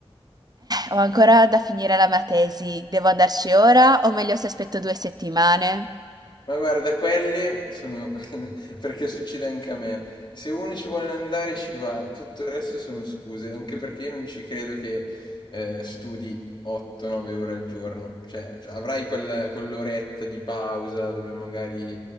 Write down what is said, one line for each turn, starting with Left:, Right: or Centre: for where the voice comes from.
Right: Ho ancora da finire la mia tesi. Devo andarci ora o meglio se aspetto due settimane?
Left: Ma guarda, quelle sono <laughs> perché succede anche a me. Se uno ci vuole andare ci va, tutto il resto sono scuse, anche perché io non ci credo che eh, studi 8-9 ore al giorno. Cioè, cioè, avrai quel- quell'oretta di pausa dove magari